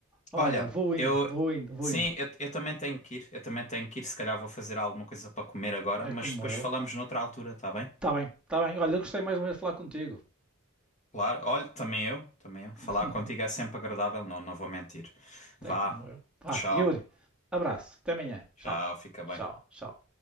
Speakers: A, in the centre; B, on the left (about 35°).
A: Olha,
B: Olha,
A: vou indo,
B: eu,
A: vou indo, vou
B: sim,
A: indo.
B: eu, eu também tenho que ir, eu também tenho que ir, se calhar vou fazer alguma coisa para comer agora,
A: É
B: mas
A: como
B: depois
A: eu.
B: falamos noutra altura, tá bem?
A: Tá bem, tá bem. Olha, eu gostei mais ou menos de falar contigo.
B: Claro, olha, também eu, também eu.
A: <laughs>
B: Falar contigo é sempre agradável, não, não vou mentir. Vá,
A: É como eu. Vá,
B: tchau,
A: Yuri, abraço. Até amanhã.
B: tchau,
A: Tchau.
B: fica bem.
A: Tchau, tchau.